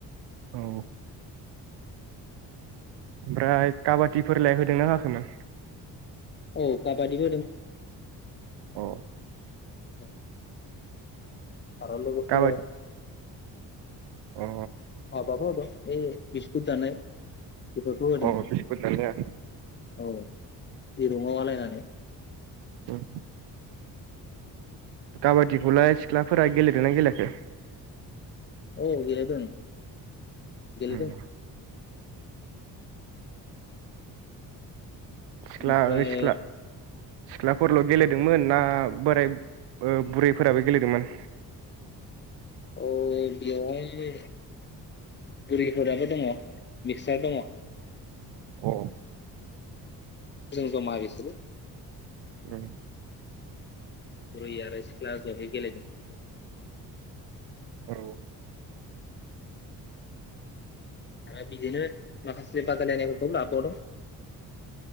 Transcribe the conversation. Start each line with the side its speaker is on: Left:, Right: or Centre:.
Right: औ ओमफ्राय काबादिफोरलाय होदोंना होआखैमोन?
Left: औ काबादि होदों।
Right: अ
Left: अ आरो लोगोसे
Right: काबादि अ
Left: हाबाबो होदों ए बिस्कुट जानाय बेफोरखौ होदों
Right: अ बिस्कुट दानिया
Left: औ दिरुंआव आलायनानै
Right: उम काबादिखौलाय सिख्लाफोरा गेलेदोंना गेलेयाखै?
Left: औ गेलेदों। गेलेदों।
Right: उम सिख्ला
Left: बेनिफ्राय
Right: ओ सिख्ला सिख्लाफोरल' गेलेदोंमोन ना बोराय ओ बुरैफोराबो गेलेदोंमोन?
Left: औ बेयावहाय बुरिफोराबो दङ मिक्सार दङ।
Right: अ
Left: जों जमा बिसोरो
Right: औ
Left: बुरै आरो सिख्ला जहै गेलेदों।
Right: औ
Left: आरो बिदिनो माखासे बादायलायनायफोरखौ लाबावदों।